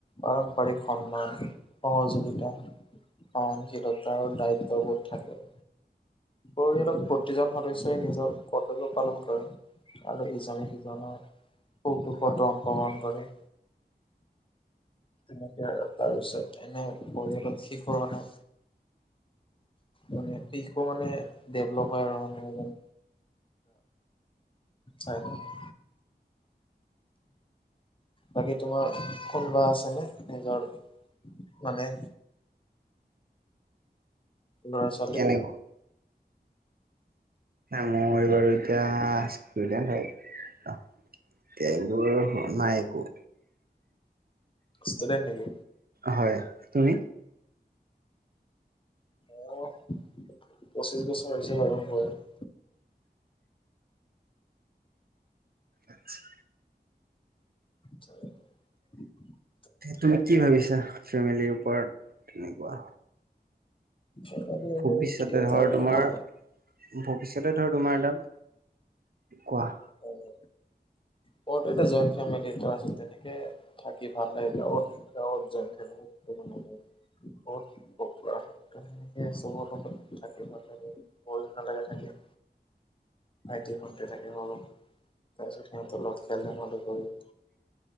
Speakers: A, on the left (about 30°); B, on the right (about 60°).
A: পাৰম্পাৰিক সন্মান। সহযোগিতা, সহনশীলতা আৰু দায়িত্ববোধ থাকে। পৰিয়ালত প্ৰতিজন সদস্যই নিজৰ কৰ্তব্য পালন কৰে, আৰু ইজনে সিজনৰ সুখ দুখত অংশগ্ৰহণ কৰে। তেনেকে আৰু, তাৰ পিছত এনে পৰিয়ালত শিশুৰ মানে মানে দিশবোৰ মানে ডেভলপ হয় আৰু মানুহ এজন। <unintelligible> বাকী তোমাৰ কোনোবা আছেনে, নিজৰ মানে ল'ৰা ছো
B: কেনি গ'ল? মই বাৰু এতিয়া ষ্টুডেন্ট হয়, এতিয়া এইবোৰ নাই একো।
A: ষ্টুডেন্ট নেকি?
B: হয়, তুমি?
A: মোৰ পঁচিশ বছৰ হৈছে বাৰু বয়স।
B: আচ্ছা।
A: <unintelligible>
B: তুমি কি ভাবিছা ফেমেলিৰ ওপৰত তেনেকুৱা?
A: ফেমিলি
B: ভৱিষ্যতে
A: আৰু কি এতিয়া
B: ধৰ তোমাৰ
A: মোৰ
B: ভৱিষ্যতে ধৰ তোমাৰ দাম কোৱা।
A: উম। মইতো এতিয়া জইন ফেমেলিতে আছো, তেনেকে থাকি ভাল লাগে গাৱঁত, গাৱঁত জইন ফেমিলি <unintelligible> বহুত পপুলাৰ হয়, ত সেনেকে চবৰ লগত থাকি মানে সেই বৰু নালাগে থাকি। ভাইটি ভণ্টি থাকে সৰু, তাৰপিছত সিহঁতৰ লগত খেল ধেমালি কৰো।